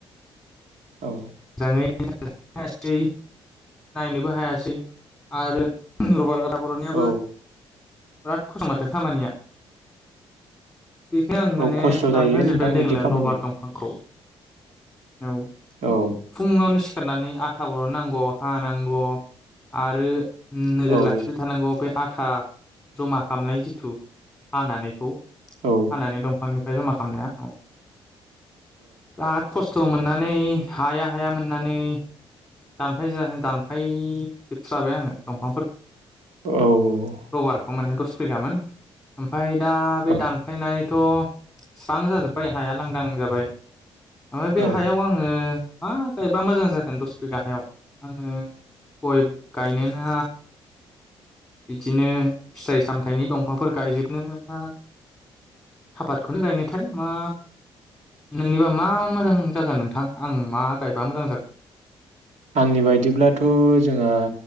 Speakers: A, on the right; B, in the centre.
A: औ।
B: मोजाङै हायासै नायनोबो हायासै आरो रबरआ दा बर'नियाबो।
A: औ
B: बिराद खसथ'माथो खामानिया। बेखायनो आं माने
A: औ खस्थ'
B: दानफ
A: जायो
B: जोब्बाय
A: नोंथां
B: देग्लाय
A: बिदि खामानिया
B: लबार दंफांखौ। औ।
A: औ।
B: फुङावनो सिखारनानै आथा बरननांगौ हानांगौ आरो उम नोजोर
A: औ
B: लाखिबाय थानांगौ बे आथ था जमा खालामनाय जिथु हानानैखौ
A: औ
B: हानानै दंफांनि बे जमा खालामनाया औ। बिराद खस्थ' मोनना। नै हाया हाया मोननानै दानफाय दानफाय जोबस्राबाय आङो दंफांफोरखौ
A: औ औ
B: रबारखौ माने दस सोगामोन। ओमफफ्राय दा बे
A: औ
B: दानफायनाय थ' स्रां जाजोब्बाय हाया लांदां जाबाय। ओमफ्राय बे
A: औ
B: हायाव आङो मा गायबा मोजां जागोन दस बिगा हायाव आङो गय गायनोना बिदिनो फिथाइ सामथाइनि दंफांफोर गायजोबनोना आबादखौनो गायनोथाय मा नोंनिबा मा मोजां जागोन नोंथां आं मा गायबा मोजां जागोन
A: आंनि बायदिब्लाथ' जोंहा